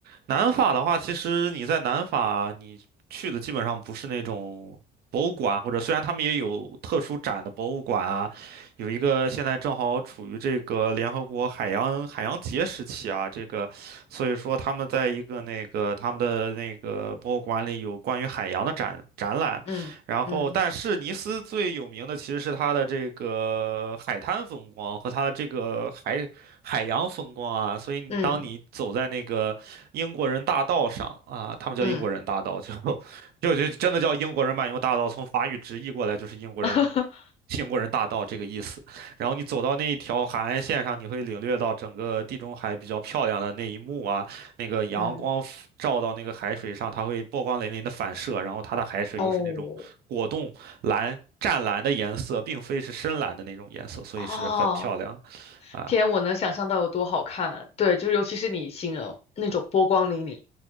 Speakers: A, on the right; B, on the left.
A: 南法的话，其实你在南法，你去的基本上不是那种博物馆，或者虽然他们也有特殊展的博物馆啊，有一个现在正好处于这个联合国海洋海洋节时期啊，这个，所以说他们在一个那个他们的那个博物馆里有关于海洋的展展览，
B: 嗯嗯
A: 然后但是尼斯最有名的其实是它的这个海滩风光和它的这个海海洋风光啊，所以你当你走在那个。
B: 嗯
A: 英国人大道上啊，他们叫英国人大道，
B: 嗯
A: 就 <laughs> 就就真的叫英国人漫游大道，从法语直译过来就是英国人
B: <laughs>
A: 英国人大道这个意思。然后你走到那一条海岸线上，你会领略到整个地中海比较漂亮的那一幕啊，那个阳光
B: 嗯，
A: f- 照到那个海水上，它会波光粼粼的反射，然后它的海水又是那种果冻蓝。
B: 哦
A: 湛蓝的颜色，并非是深蓝的那种颜色，所以是很漂亮的啊
B: 哦，天，我能想象到有多好看。对，就是尤其是你形容那种波光粼粼。